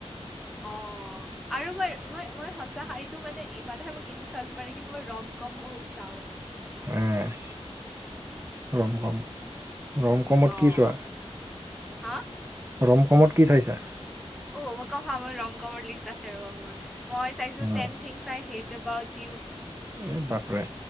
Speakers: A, in the centre; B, on the right (about 20°).
A: অ, আৰু, মাৰু মই মই, সঁচা হাইতটো মানে ই, মানহে মোক ইনচাল্ট মাৰে কিন্তু মই ৰম, কম বহুত চাওঁ।
B: আহ, ৰম, কম, ৰম কমত
A: অ',
B: কি চোৱা?
A: হা?
B: ৰম কমত কি চাইছা?
A: অ, মই কম হ, মই ৰম কমৰ লিষ্ট আছে ৰ'বা, মোৰ মই চাইছোঁ
B: উম,
A: ten things I hate about.
B: এই বাপৰে